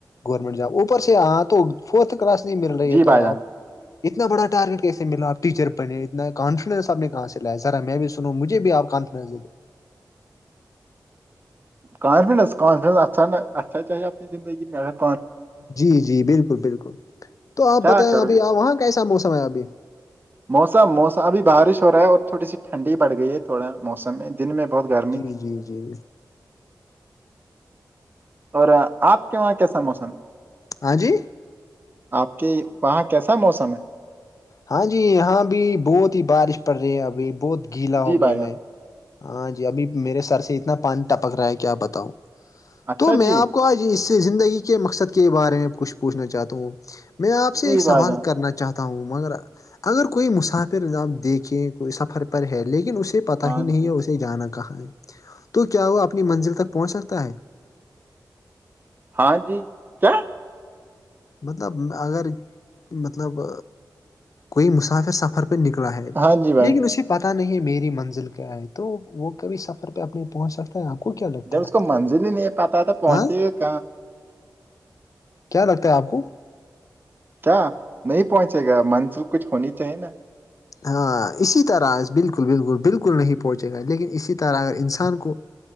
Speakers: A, on the left; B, on the right.
A: گورنمنٹ جاب اوپر سے ہاں تو فورتھ کلاس نہیں مل رہی
B: جی
A: ہے
B: بھائی
A: تو آپ
B: جان
A: کو اتنا بڑاٹاریٹ کیس ملاپ ٹیچر بنے اتنا کانفیڈینس آپ نے کہاں سے لایا را میں بھی سنوں مجھے بھی آپ کانفڈنس ہے
B: کانفیڈینس کانفیڈینس اچھا اچھا چاہے اپنی زگی میںانف
A: جی جی بالکل بالکل تو آپ
B: کیا
A: بتائیں
B: کرو
A: ابھی
B: گے
A: وہاں کیسا موسم ہے ابھی
B: موسم موسم ابھی بارش ہو رہا ہے اور تھوڑی سی ٹھنڈی بڑھ گئی ہے تھوڑا موسم میں دن میں بہت گرمی
A: جی
B: تھی
A: جی جی
B: اور آپ کے وہاں کیسا موسم
A: ہاں جی
B: آپ کے وہاں کیسا موسم ہے
A: ہاں جی یہاں بھی بہت ہی بارش پڑ رہی ہے ابھی بہت گیلا ہو
B: جی بھائی
A: گیا
B: جان
A: میں ہاں جی ابھی میرے سر سے اتنا پانی ٹپک رہا ہے کیا بتاؤں
B: اچھا
A: تو میں
B: جی
A: آپ کو آج اس زندگی کے مقصد کے بارے میں کچھ پوچھنا چاہتا ہوں میں آپ سے
B: جی
A: ایک سوال
B: بھائی جان
A: کرنا چاہتا ہوں مگر اگر کوئی مسافر آپ دیکھیں کوئی سفر پر ہے لیکن اسی پتا
B: ہاں
A: ہی نہیں
B: جی
A: ہے اسے جانا کہاں ہے تو کیا وہ اپنی منزل تک پہنچ سکتا ہے
B: ہاں جی کیا
A: مطلب اگر مطلب کوئی مسافر سفر نکلا ہے
B: ہاں جی بھائی
A: لیکن اسی پہ پتہ نہیں میری منزل کیا ہے تو وہ کبھی سفر پہ اپنے پہنچ سف آپ کو کیا لگتا
B: جب
A: ہے
B: اس کو منزلی نہیں پتا ہے تو پہنچیے
A: ہاں
B: کہاں
A: کیا لگتا ہے آپ کو
B: کیا نہیں پہنچے گا منزل کچھ ہونی چاہیے نا
A: ہاں اسی طرح بالکل بالکل بالکل نہیں پہنچے گا لیکن اسی طرح اگر انسان کو